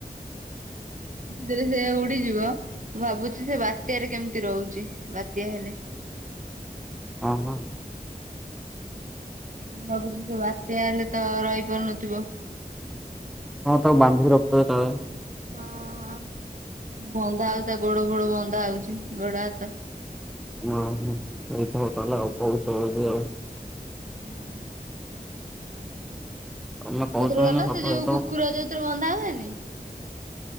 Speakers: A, on the right; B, in the centre.
A: ରେ ସେ ଉଡିଯିବ ମୁଁ ଭାବୁଛି ସେ ବାତ୍ୟରେ କେମିତି ରହୁଛି ବାତ୍ୟା ହେଲେ
B: ଓ ହୋ।
A: ଭାବୁଛି ସେ ବାତ୍ୟା ହେଲେ ତ ରହିପାରୁନଥିବ?
B: ତାକୁ ବନ୍ଧୀକି ରଖିଥିବ କଲେ?
A: ହ ବନ୍ଧା ହଉ ତା ଗୋଡ ଫୋଡ ବନ୍ଧା ହଉଛି ଗୋଡ ହାତ
B: ହ ହ ଏଇଛ ହଉ ତାହଲେ ଆଉ ପଛ ଯ ଆଉ
A: ହଁ।
B: ତମେ କହୁଛ
A: ଥିର
B: ମାନେ
A: ଗଲା
B: ସତ
A: ସେ ଯୋଉ
B: ହେଇଥିବ
A: କୁକୁର ଯୋଉଥିରେ ବନ୍ଧା ହୁଏନି?